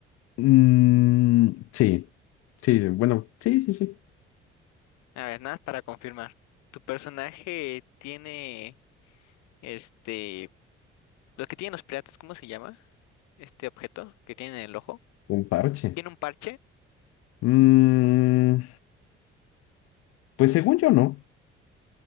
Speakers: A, on the left (about 55°); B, on the left (about 70°).
A: Mm, sí, sí, bueno, sí, sí, sí,
B: A ver, nada más para confirmar. ¿Tu personaje tiene este, los que tienen los piratas, ¿cómo se llama? Este objeto que tiene en el ojo.
A: un parche.
B: ¿Tiene un parche?
A: Mm, pues según yo no.